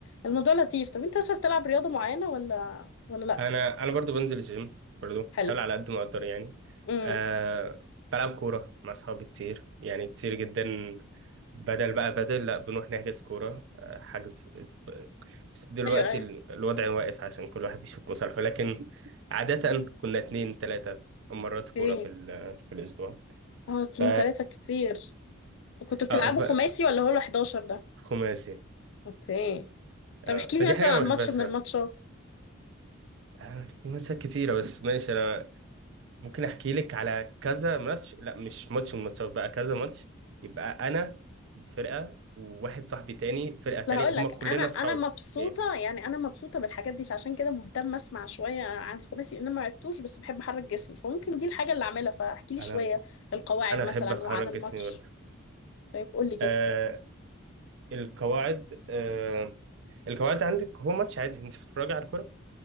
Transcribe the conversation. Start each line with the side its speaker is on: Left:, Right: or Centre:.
Left: الموضوع لطيف طب انت اصلا بتلعب رياضة معينة ولا ولا لأ
Right: انا انا برضو بنزل الجيم برضو بحاول
Left: حلو
Right: على قد ما اقدر يعني
Left: امم
Right: آه بلعب كوره مع اصحابي كتير يعني كتير جدا بدل بقى بدل لا بنروح نحجز كوره آه حجز أسب- بس دلوقتي
Left: ايوه ايوه
Right: ال- الوضع واقف عشان كل واحد بيشوف مصالحه لكن عاده كنا اتنين تلاته مرات كوره
Left: اوكي
Right: في ال- في الاسبوع
Left: اه اتنين
Right: ف
Left: تلاتة كتير كنتوا بتلعبوا
Right: اه ف-
Left: خماسي ولا هو ال 11 ده
Right: خماسي
Left: اوكي
Right: آه
Left: طب احكي
Right: فدي
Left: لي مثلا
Right: حاجه انا
Left: عن
Right: بحبها
Left: ماتش
Right: الصراحه
Left: من الماتشات
Right: آه، خماسيات كتيره بس ماشي انا ممكن احكي لك على كذا ماتش لا مش ماتش من الماتشات بقى كذا ماتش يبقى انا فرقه وواحد صاحبي تاني فرقه
Left: اصل
Right: تانية
Left: هقول
Right: هم
Left: لك
Right: كلنا
Left: انا انا
Right: اصحاب
Left: مبسوطه
Right: إيه؟
Left: يعني انا مبسوطه بالحاجات دي فعشان كده مهتم اسمع شويه عن الخماسي ان انا ما عدتوش بس بحب احرك جسمي فممكن دي الحاجه اللي اعملها فاحكي لي
Right: انا
Left: شويه القواعد
Right: انا احب
Left: مثلا
Right: اخرج
Left: وعن الماتش
Right: جسمي برضه
Left: طيب قول لي كده
Right: آه القواعد آه القواعد عندك هو ماتش عادي انت بتتفرجي على الكوره